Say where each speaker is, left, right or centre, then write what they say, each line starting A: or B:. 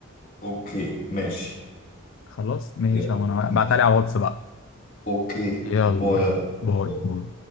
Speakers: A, on the left (about 40°); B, on the left (about 60°).
A: اوكي ماشي
B: خلاص ماشي
A: يلا
B: يا عم، انا ابعتها
A: ماشي
B: لي على الواتس بقى
A: اوكي
B: يلا
A: باي
B: يلا باي
A: باي
B: باي